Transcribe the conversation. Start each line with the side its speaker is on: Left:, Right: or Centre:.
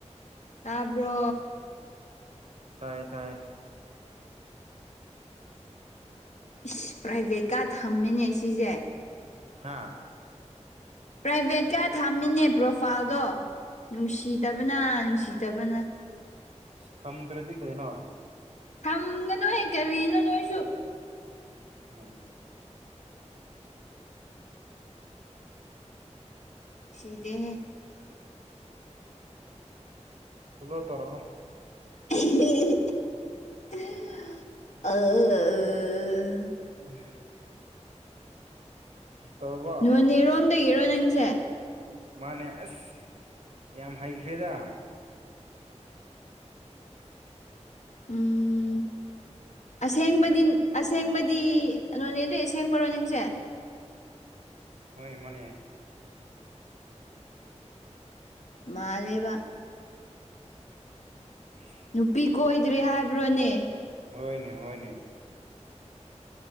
Left: ꯇꯥꯕ꯭ꯔꯣ
Right: ꯇꯌꯦ ꯇꯥꯏꯌꯦ
Left: ꯏꯁ ꯄ꯭ꯔꯥꯏꯚꯦꯠꯀ ꯊꯝꯃꯤꯅꯦ ꯁꯤꯁꯦ
Right: ꯍꯥꯥ
Left: ꯄ꯭ꯔꯥꯏꯚꯦꯠꯀ ꯊꯝꯃꯤꯅꯦ ꯄ꯭ꯔꯣꯐꯥꯏꯜꯗꯣ ꯅꯨꯡꯁꯤꯗꯕꯅ ꯅꯨꯡꯁꯤꯗꯕꯅ
Right: ꯊꯝꯗ꯭ꯔꯗꯤ ꯀꯩꯅꯣ
Left: ꯊꯝꯒꯅꯣꯏ ꯍꯦꯛ ꯀꯔꯤꯅꯣ ꯅꯣꯏꯁꯨ
Right: ꯎꯝ
Left: ꯁꯤꯗ‌ꯦ ꯍꯦ
Right: ꯎ ꯐꯂꫭ ꯇꯩꯔꯛꯑꫭ
Left: ꯑꯥ ꯎ
Right: ꯎꯝ ꯇꯧꯕ
Left: ꯅꯣꯅꯦꯔꯣꯝꯗꯒꯤꯔꯣ ꯅꯪꯁꯦ
Right: ꯃꯥꯅꯦ ꯑꯁ ꯌꯥꯝ ꯍꯩꯈ꯭ꯔꯦꯗ
Left: ꯎꯝ ꯑꯁꯦꯡꯕꯗꯤ ꯑꯁꯦꯡꯕꯗꯤ ꯅꯣꯅꯦꯗꯩ ꯑꯁꯦꯡꯕꯔꯣ ꯅꯁꯦ
Right: ꯍꯣꯏꯅꯦ ꯃꯥꯅ‌ꯦ
Left: ꯃꯥ ꯂꯩꯕ
Right: ꯏꯁ
Left: ꯅꯨꯄꯤ ꯀꯣꯏꯗ꯭ꯔꯦ ꯍꯥꯏꯕ꯭ꯔꯣꯅꯦ
Right: ꯍꯣꯏꯅꯦ ꯍꯣꯏꯅꯦ